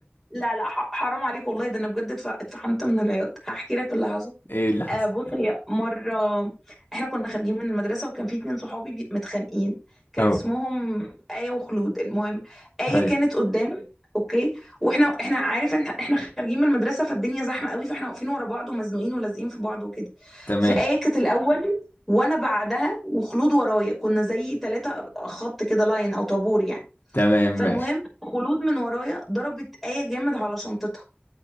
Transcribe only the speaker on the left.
<laughs> ايه اللي حصل
اه
هاي
تمام
تمام
ماشي